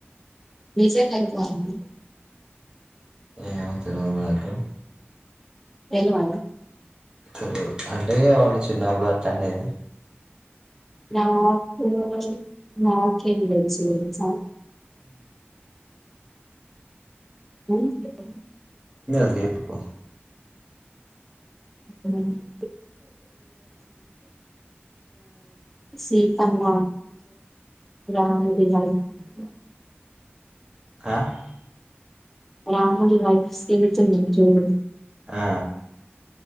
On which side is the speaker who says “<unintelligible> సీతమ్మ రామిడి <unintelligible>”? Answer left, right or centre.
Centre